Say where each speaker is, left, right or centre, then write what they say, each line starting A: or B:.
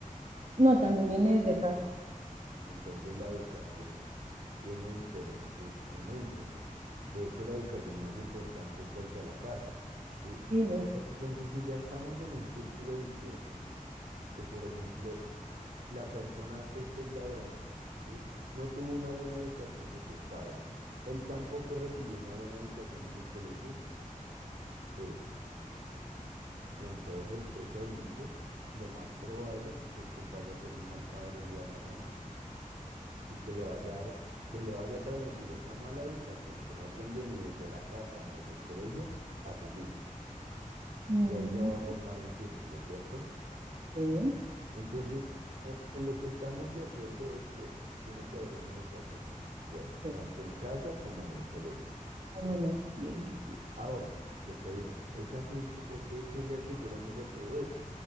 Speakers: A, on the right; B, on the right.
A: No, también viene desde casa.
B: Entonces la educación tiene diferentes momentos. De hecho, la educación más importante es desde la casa, ¿sí?
A: Sí,
B: Pero entonces si ya estamos en un círculo vicioso, que por ejemplo la persona, este es ladrón, ¿sí? No tuvo una buena educación de sus padres. Él tampoco recibió una buena educación en el colegio, pues con todo el respeto del mundo, lo más probable es que él vaya a ser un mal padre el día de mañana y que le vaya a, dar- que le vaya a transmitir esa mala educación que no aprendió ni desde la casa ni desde el colegio a sus hijos.
A: Mm,
B: Y ahí se va a formar un círculo, ¿cierto?
A: sí,
B: Entonces, e- en lo que estamos de acuerdo es que tiene que haber una educación buena,
A: sí,
B: tanto en casa como en un colegio,
A: como
B: ¿sí?
A: en el colegio, sí.
B: Ahora, yo te digo, esa gente, ¿por qué quería que fuéramos a todo eso?